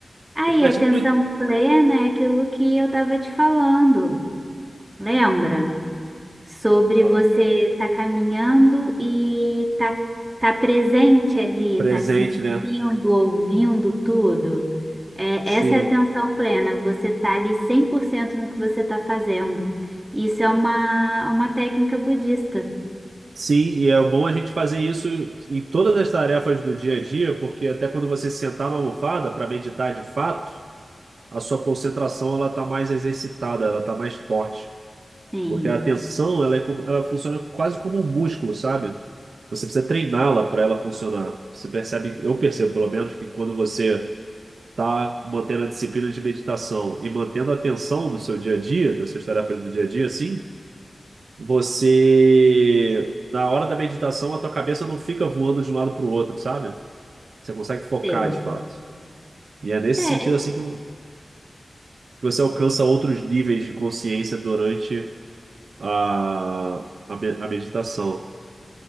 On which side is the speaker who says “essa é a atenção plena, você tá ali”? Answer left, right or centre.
Right